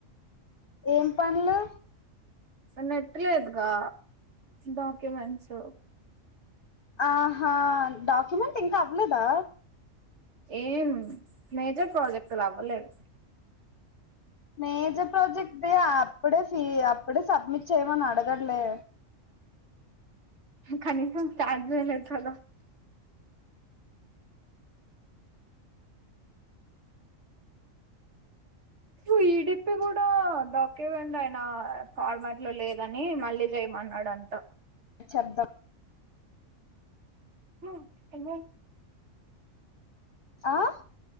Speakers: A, on the left; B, on the right.
A: ఏం పనులు
B: నెట్ లేదుగా డాక్యుమెంట్స్
A: ఆ ఆ డాక్యుమెంట్ ఇం ఇంకా అవలేదా
B: ఏం మేజర్ ప్రోజెక్ట్ లు అవలేదు
A: మేజర్ ప్రాజెక్ట్ ది అప్పుడే ఫీ అప్పుడే సబ్మిట్ చేయమని అడగట్లే
B: కనిసం <unintelligible> సో ఈడపి కూడా డాక్యుమెంట్ అయినా ఫార్మాట్ లో లేదని మళ్ళీ చేయమన్నాడు అంట
A: శబ్దం
B: మ్ అయ్యొ
A: ఆ